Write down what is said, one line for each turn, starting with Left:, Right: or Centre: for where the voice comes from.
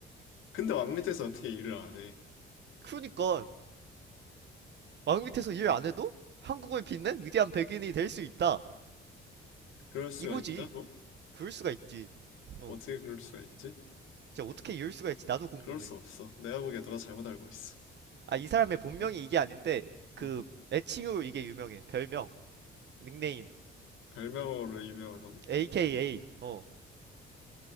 Left: 근데 왕 밑에서 어떻게 일을 안 해?
Right: 그러니까, 왕 밑에서 일
Left: 어,
Right: 안 해도 한국을 빛낸 위대한 백인이 될 수 있다.
Left: 그럴 수가
Right: 이거지.
Left: 있다고?
Right: 그럴 수가 있지. 어,
Left: 어떻게 그럴 수가 있지?
Right: 진짜 어떻게 이럴 수가 있지? 나도 궁금해.
Left: 그럴 수 없어. 내가 보기에 너가 잘못 알고 있어.
Right: 아, 이 사람의 본명이
Left: 어,
Right: 이게 아닌데, 그,
Left: 어.
Right: 애칭으로 이게 유명해. 별명, 닉네임.
Left: 별명으로 유명하다고?
Right: AKA 어